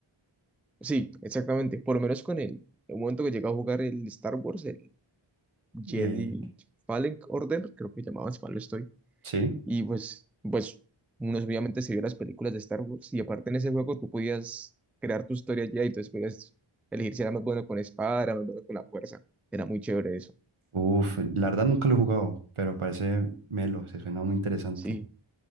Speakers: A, in the centre; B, on the right.
A: Sí, exactamente. Por lo menos con el, el momento que llegué a jugar el Star Wars, el Jedi
B: eh,
A: Fallen Order, creo que llamaban, si mal no estoy
B: sí.
A: Y pues, pues uno obviamente se vio las películas de Star Wars y aparte en ese juego tú podías crear tu historia ya y entonces podías elegir si era más bueno con espada, era más bueno con la fuerza. Era muy chévere eso.
B: Uf, la verdad nunca lo he jugado, pero parece melo, se suena muy interesante.
A: Sí,